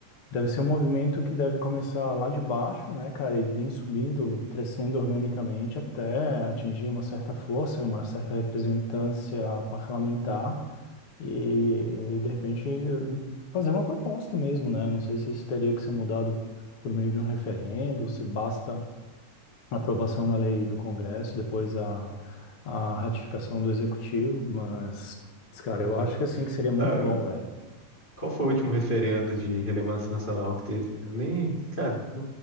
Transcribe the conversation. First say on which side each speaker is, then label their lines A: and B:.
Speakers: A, on the left; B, on the left.
A: Deve ser um movimento que deve começar lá de baixo, né, cara, e vir subindo, crescendo organicamente até atingir uma certa força, uma certa representância parlamentar e, e, de repente fazer uma proposta mesmo, né? Eu Não sei se isso teria que ser mudado por meio de um referendo, se basta a aprovação da lei do Congresso e depois a, a ratificação do Executivo, mas, cara,
B: <laughs>
A: eu acho que assim que seria muito
B: Ah,
A: bom, velho.
B: Qual foi o último referendo de relevância nacional que teve? Eu nem, cara, não